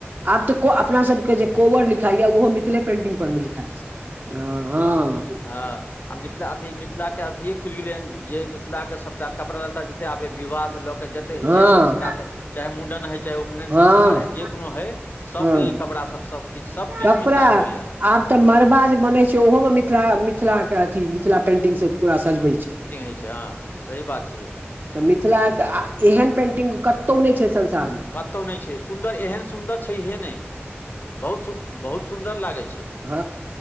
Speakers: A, on the left; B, on the right.
A: हुं
B: आब तऽ को अपना सबके जे कोबर लिखाइय ओहो मिथिले पेंटिंग परमे लिखाइ छय ह।
A: हा आ मिथिला अथी मिथिला के अथिये खुलि गेलै हन जे मिथिला के सबटा कपड़ा लत्ता जते आबे विवाह सँ लऽ जते
B: हँ
A: जे संस्कारके चाहे मुडन हइ चाहे उ उपयन
B: हँ
A: संस्कार हय जे कोनो हय सबके
B: हँ
A: लेल कपड़ा सब सबकिछ सबकिछ
B: कपड़ा
A: मिथिला भऽ गेलैय।
B: आब तऽ मड़बा जे बनैय छैय ओहो मे मिथिला मिथिला के अथी मिथिला पेंटिंग से पुरा सजबै छैय।
A: छैय हा सही बात छियै। हुं
B: तऽ मिथिलाके आ एहन पेन्टिंग कतौ नै छैय संसारमे।
A: कतौ नै छैय सुन्दर एहन सुन्दर छैहिये नै बहुत सु बहुत सुन्दर लागैय छैय।
B: ह